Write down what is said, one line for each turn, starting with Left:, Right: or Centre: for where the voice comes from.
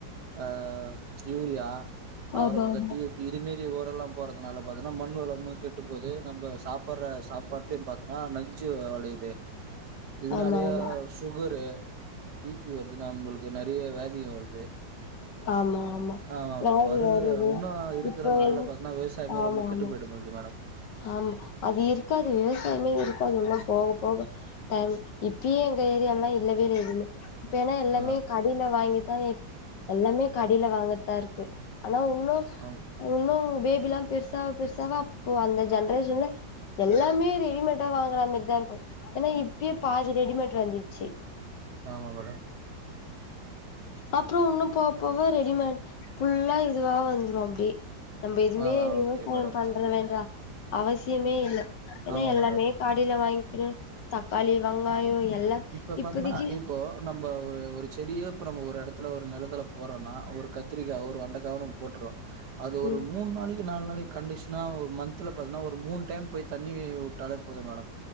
Right: அஹ் யூரியா அவர
Left: ஆமாமா
Right: வதட்டடியே பீரி மீறி ஓ எல்லா போறதுனால பாத்தீன்னா மண்ணு வளமும் கெட்டு போது நம்ம சாப்பாடுற சாப்ப பட்லயு பாத்தன்னா நஞ்சு வளையுது இதனாலய
Left: ஆமாமா
Right: சுகரு பிபி வருதுனா நம்பளுக்கு நெறைய விதியாதிக வருது
Left: ஆமாமா
Right: ஆமா ஆமா
Left: வியாதி
Right: மேடம் வருகற
Left: வருது
Right: உன்னும்இருக்கிற
Left: இப்ப
Right: நாள்ல
Left: எது
Right: பாத்தன்னா விவசாயமே
Left: ஆமாமா
Right: ரொம்ப கெட்டு போயிடும் போது மேடம்
Left: ஆமா அது இருக்காது விவசாயமே இருக்காது இன்னு போக போக டைம் இப்பயே எங்க ஏரியால இல்லவே எதுமே ப்பன்னா எல்லாமே
Right: ஆ
Left: கடின வாங்கி ம் எல்லாமே கடையில வாங்குர்தா இருக்கு ஆனா உன்னும்
Right: ஆமா
Left: உன்னும் பேபி எல்லா பெருசாவா பெருசாவா இப்போ அந்த ஜென்ரேஷன்ல எல்லாமே ரெடிமேடா வாங்கறாங்க தா இருக்கு ஏன்னா இப்பயே பாதி ரெடிமேட் வந்துருச்சு
Right: ஆமா மேடம்
Left: அப்ரோ உன்னு போ போக ரெடிமேட் ஃபுல்லா இதுவா வந்துரு அப்படியே நம்ம எதுவுமே
Right: ஆ
Left: விவசாயம்
Right: ஓகே மேடம்
Left: பண்ற வேன்ற அவசியமே இல்லை ஏன்னா
Right: ஆமா
Left: எல்லாமே
Right: மேடம்
Left: காடியில வாங்கி தக்காளி வெங்காயோ எல்லா
Right: இப்ப பாத்தனா
Left: இப்பதைக்கு
Right: இப்போ நம்ம ஒரு ஒரு செடியோ நம்ம ஒரு இடத்துல ஒரு நிலத்தல போறோனா ஒரு கத்திரிக்காவோ ஒரு வெண்டைக்காவோ நம்ம போட்டுருவோம் அது ஒரு
Left: ம்
Right: மூணு நாளைக் நாலு நாளைக்கு கண்டிஷனா மந்தல ஒரு மூணு டைம் போய் தண்ணி விட்டாலே போதும் மேடம்